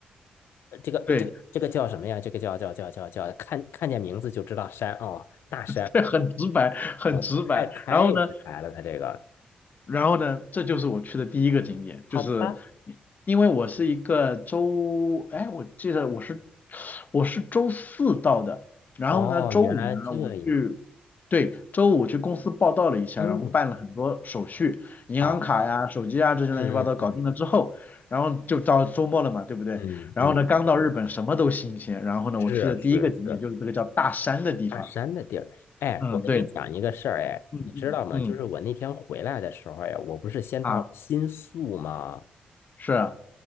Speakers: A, on the left; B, on the left.
A: 这个这个这个叫什么呀？
B: 对，
A: 这个叫叫叫叫叫，看看见名字就知道山哦，大山
B: <laughs> 对，很直白，很直白。
A: 哦，太太直白了，
B: 然后呢，
A: 他这个
B: 然后呢，这就是我去的第一个景点，
A: 好吧？
B: 就是因为我是一个周，哎，我记得我是我是周四到的，然后呢，
A: 哦，
B: 周五呢我去，
A: 原来这样，
B: 对，周五去公司报道了一下，
A: 嗯，
B: 然后办了很多手续，银行卡呀、
A: 好，
B: 手机啊这些乱七八糟搞定了之后，
A: 嗯嗯
B: 然后就到周末了嘛，对不对？
A: 嗯嗯嗯，
B: 然后呢，刚到日本什么都新鲜，然后呢，
A: 是是是，
B: 我去的第一个景点就是这个叫大山的地方，
A: 大山的地儿。哎，
B: 嗯，
A: 我跟你讲一个事儿，
B: 对，
A: 哎，
B: 嗯嗯嗯，
A: 你知道吗？就是我那天回来的时候呀，我不是先到了新宿吗？
B: 啊，是啊